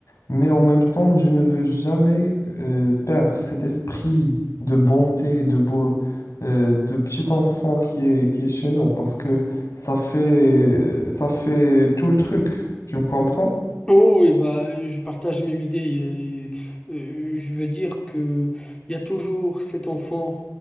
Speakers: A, on the left; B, on the left.
A: mais en même temps, je ne veux jamais euh, perdre cet esprit de bonté, de beau, euh, de petit enfant qui est, qui est chez nous, parce que ça fait, ça fait tout le truc. Tu me comprends?
B: Oh oui, bah, euh, je partage la même idée. euh, euh, je veux dire que il y a toujours cet enfant